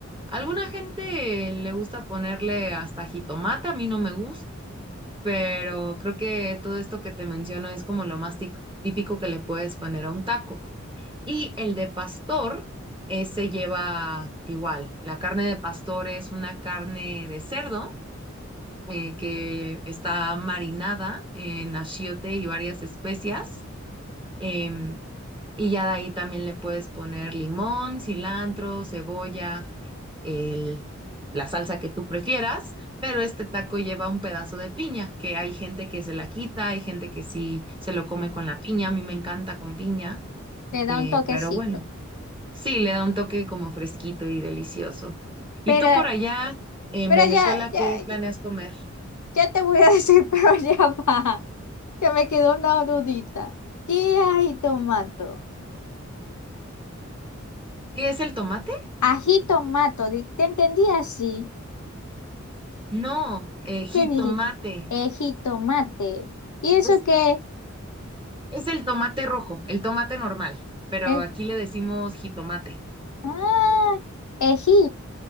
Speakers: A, on the right (about 15°); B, on the left (about 80°).
A: alguna gente le gusta ponerle hasta jitomate, a mí no me gusta, pero creo que todo esto que te menciono es como lo más tic- típico que le puedes poner a un taco. Y el de pastor eh, se lleva igual. La carne de pastor es una carne de cerdo eh, que está marinada en achiote y varias especias. em, y ya de ahí también le puedes poner limón, cilantro, cebolla, el- la salsa que tú prefieras, pero este taco lleva un pedazo de piña, que hay gente que se la quita, hay gente que sí se lo come con la piña, a mí me encanta con piña,
B: le
A: eh,
B: da un toquecito.
A: pero bueno. Sí, le da un toque como fresquito y delicioso. ¿Y
B: Pero,
A: tú por allá en
B: pero
A: Venezuela
B: ya, ya,
A: qué planeas comer?
B: ya te voy a decir, <laughs> pero ya va, que me quedó una dudita. ¿Qué ají tomato?
A: ¿Qué es el tomate?
B: Ají tomato, di- ¿te entendí así?
A: No, eh, jitomate.
B: ¿Qué dijiste? Ejitomate. ¿Y eso
A: Es,
B: qué?
A: es el tomate rojo, el tomate normal, pero
B: El,
A: aquí le decimos jitomate.
B: ah, ejí.